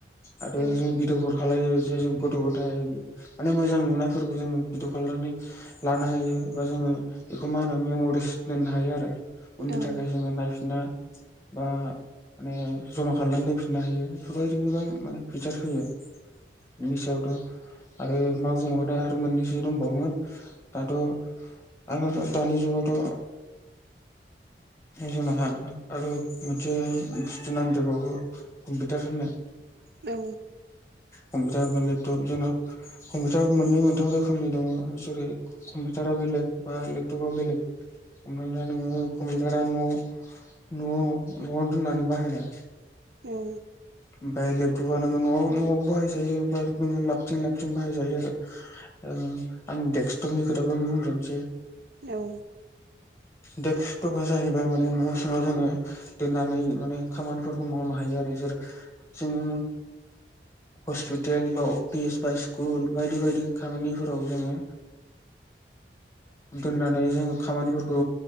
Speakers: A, on the left; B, on the right.
A: आरो
B: औ
A: जों भिडअफोर खालायो जे जों गथ' गथाय माने मोजां नुनायफोरखौ जोङो भिडअ खालायनानै लानो हायो बा जोङो बेखौ मा होनो मेमरिस दोननो हायो आरो उननि
B: औ
A: थाखाय
B: औ
A: जोङो नायफिनना बा माने जमा खालामनानै दोनफिननो हायो बेफोरबायदि गोबां माने पिज फैयो। मिनि सायावथ आरो मा बुंङबावो आरो मोननैसो दंबावोन दाथ' आगोल दानि जुगावथ' जोंना आरो मोनसे बुस्थु नांदेरबावो कम्पिउटार होनो
B: औ।
A: कम्पिउटार बा लेपटप जोंना कम्पिउटार मोननै मोनथाम रोखोमनि दङ जेरै कम्पिउटारा बेलेग बा लेपटप बेलेग। हमना नोङो कम्पिउटारा न' न' न'आव दोननानै बाहायनाय।
B: औ।
A: उमफाय लेपटपा नोङो न'आव न'आव बाहायजायो बाद नोङो लाथिं लाबथिं बाहायजायो आरो। आं दडेक्सकटपनि खोथाखौनो बुंजेनसै।
B: औ।
A: देस्खथबआ जाहैबाय माने न' समाव जोङो दोननानै माने खामानिफोरखौ मावनो हायो आरो जेरै जोङो हस्पिटेल बा अफिस बा स्कुल बायदि बायदि खामानिफोराव जोङो दोननानै जों खामानिफोरखौ